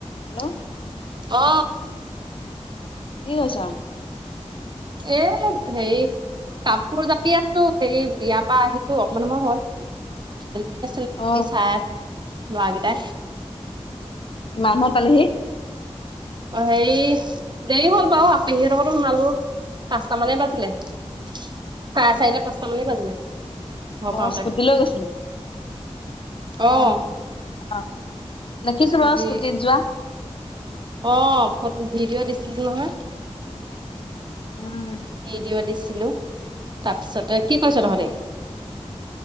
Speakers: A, on the left (about 50°); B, on the right (about 40°).
A: Hello
B: অ
A: িক আৈছ
B: এ সেই কাপোৰ জাপি আছো সেই বিয়া তপা আহিলো অকমান সময় হল খেল আছিলে
A: অহ,
B: চাই আ ব দে
A: কি মমদ আলহি
B: অ হেৰি দেৰি হল বাৰ আপহিহঁতকো সুনালো পাঁচটা মানে বাজিলে চাৰে চাৰিটা পাঁচটা মানে বাজিলে ঘৰ
A: আহ
B: পাওঁতে
A: স্কুটি লৈ গৈছিলি
B: অ',
A: আহ - অ নখিছো
B: স্কুটি
A: ম স্কৃতি যোৱা
B: অ ফটো ভিডিঅ' দিছিলো নহয়।
A: উম,
B: সেই দিও দিছে ত আচছ তই কি কৈছ
A: উম
B: তহ দে